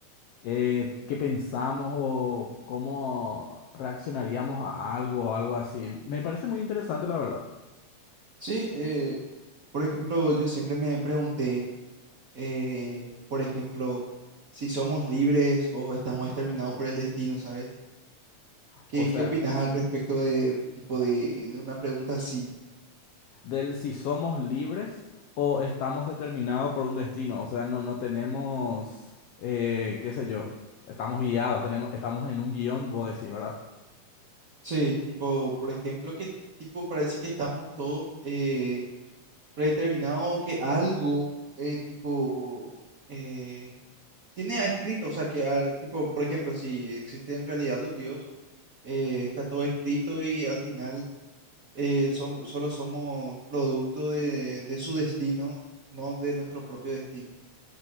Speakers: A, on the left; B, on the right.
A: eh, ¿qué pensamos o cómo reaccionaríamos a algo o algo así? Me parece muy interesante, la verdad.
B: Sí, eh, por ejemplo, yo siempre me pregunté, eh, por ejemplo, si somos libres o estamos determinados por el destino, ¿sabes? ¿Qué,
A: O sea,
B: qué opinas al respecto de tipo de de una pregunta así?
A: del si somos libres o estamos determinados por un destino. O sea, no, no tenemos, eh, qué sé yo, estamos guiados, tenemos, estamos en un guión, vos decís, ¿verdad?
B: Sí, tipo, por ejemplo, que tipo parece que estamos todos eh, predeterminados o que algo eh, tipo eh, tiene escrito, o sea, que ah, tipo, por ejemplo, si existe en realidad un Dios, eh, está todo escrito y al final eh, somos, solo somos producto de, de su destino, no de nuestro propio destino.